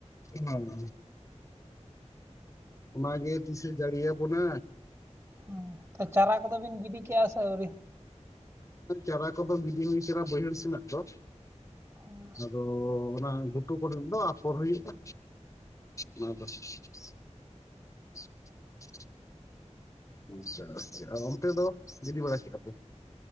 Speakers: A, on the left (about 25°); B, on the right (about 25°).
A: ᱦᱮᱸ ᱦᱮᱸ ᱚᱱᱟ ᱜᱮ ᱛᱤᱥᱮ ᱡᱟᱹᱲᱤ ᱟᱵᱚᱱᱟ
B: ᱦᱚᱸ ᱛᱚ ᱪᱟᱨᱟ ᱠᱚᱫᱚ ᱵᱤᱱ ᱜᱤᱰᱤ ᱠᱮᱜᱼᱟ ᱥᱮ ᱟᱹᱣᱨᱤ
A: ᱦᱮᱸ ᱪᱟᱨᱟ ᱠᱚᱫᱚ ᱜᱤᱰᱤ ᱦᱩᱭ ᱠᱟᱱᱟ ᱵᱟᱹᱭᱦᱟᱹᱲ ᱥᱮᱱᱟᱜ ᱫᱚᱼᱼ
B: ᱚᱻ
A: ᱟᱫᱚ ᱚᱱᱟ ᱜᱷᱩᱴᱩ ᱠᱚᱨᱮ ᱫᱚ ᱟᱯᱷᱚᱨ ᱦᱩᱭᱩᱜᱼᱟ ᱚᱱᱟ ᱫᱚᱼᱼ <inaudible> <unintelligible> ᱚᱱᱛᱮ ᱫᱚ ᱜᱤᱰᱤ ᱵᱟᱲᱟ ᱠᱮᱫᱟ ᱯᱮ